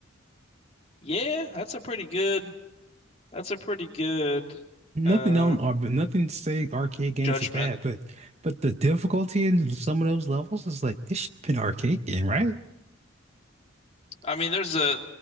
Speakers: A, on the left; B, on the right.
A: yeah, that's a pretty good. That's a pretty good
B: Nothing
A: uh
B: on or but nothing to say arcade games
A: judgment.
B: are bad, but but the difficulty in some of those levels is like this should have been an arcade game, right?
A: I mean, there's a